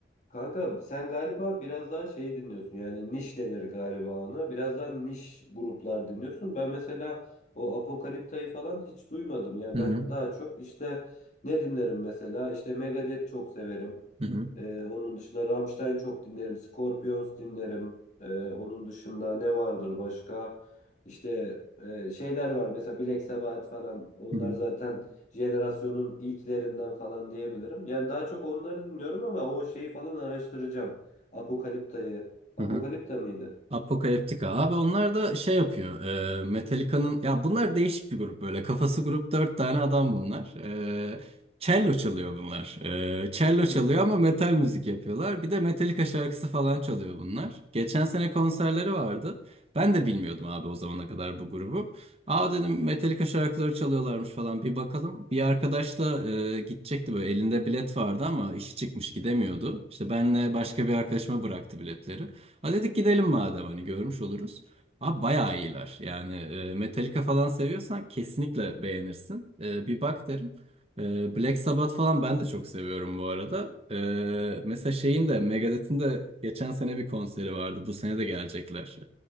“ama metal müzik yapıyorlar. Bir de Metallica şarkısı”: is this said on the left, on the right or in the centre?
Right